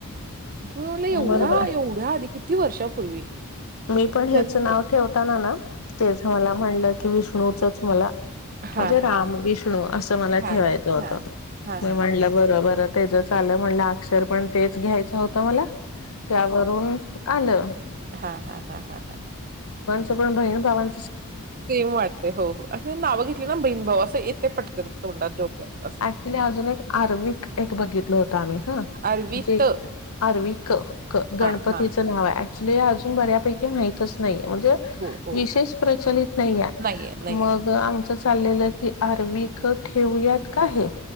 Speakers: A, on the right; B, on the left.
A: किंवा म्हला एवढा
B: बरोबर आहे
A: एवढा, आधी किती वर्षापूर्वी.
B: मी पण ह्याच
A: हम्म
B: नाव ठेवताना ना. त्याच मला म्हणलं की विष्णूचच मला,
A: हा
B: म्हणजे राम
A: हा
B: विष्णू असं मला
A: हा
B: ठेवायचं होतं
A: हा हा
B: मी
A: हा
B: म्हणलं
A: हा हा
B: बरबर त्याच चालं म्हणलं अक्षर पण तेच घ्यायच होतं मला त्यावरून आलं
A: हा हा हा हा हा
B: ण बण भावां
A: सेम वाटतेय हो हो असे नावं घेतली ना बहीण भाऊ असं येते पटकन तोंडात डोक्यात असं
B: ऍक्चुली एक आरविकं एक बघितलं होतं आम्ही ह
A: अरवित
B: जे आरविकं गणपतीचं
A: हा हा
B: नाव आहे अजून बऱ्यापैकी माहित नाही म्हणजे
A: हो हो
B: विशेष
A: हो
B: प्रचलित नाही आहे
A: नाहीये नाहीये
B: मग आमच चाललेलं की आरविकं ठेवूयात का हे